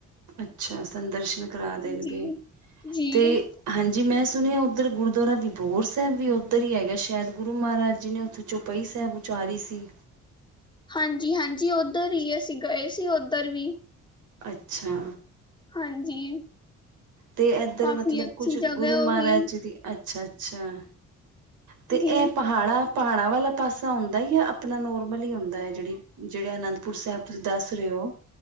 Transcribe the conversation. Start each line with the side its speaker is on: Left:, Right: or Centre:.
Right: ਅੱਛਾ ਸੰਦਰਸ਼ਨ ਕਰਾ ਦੇਣਗੇ
Left: ਹਾਂਜੀ ਜੀ
Right: ਤੇ ਹਾਂਜੀ ਮੈਂ ਸੁਣਿਆ ਉੱਧਰ ਗੁਰਦੁਆਰਾ ਵਿਬੋਰ ਸਾਹਿਬ ਵੀ ਉੱਧਰ ਹੀ ਹੈਗਾ ਸ਼ਾਇਦ ਗੁਰੂ ਮਹਾਰਾਜ ਜੀ ਨੇ ਉੱਥੇ ਚੁੱਪ ਪਈ ਸਾਹਿਬ ਉਚਾਰੀ ਸੀ।
Left: ਹਾਂਜੀ, ਹਾਂਜੀ ਉੱਧਰ ਹੀ ਅਸੀਂ ਗਏ ਸੀ ਉੱਧਰ ਵੀ।
Right: ਅੱਛਾ।
Left: ਹਾਂਜੀ।
Right: ਤੇ ਇੱਧਰ
Left: ਕਾਫੀ
Right: ਮਤਲਬ
Left: ਅੱਛੀ
Right: ਕੁੱਛ
Left: ਜਗ੍ਹਾ
Right: ਗੁਰੂ
Left: ਹੈ ਉਹ
Right: ਮਹਾਰਾਜ
Left: ਵੀ
Right: ਜੀ ਦੀ ਅੱਛਾ, ਅੱਛਾ ਤੇ
Left: ਜੀ
Right: ਇਹ ਪਹਾੜਾਂ ਪਹਾੜਾਂ ਵਾਲਾ ਪਾਸਾ ਹੁੰਦਾ ਜਾਂ ਆਪਣਾ ਨੋਰਮਲ ਹੀ ਹੁੰਦਾ ਹੈ। ਜਿਹੜੀ ਜਿਹੜੇ ਅਨੰਦਪੁਰ ਸਾਹਿਬ ਤੁਸੀਂ ਦੱਸ ਰਹੇ ਹੋ।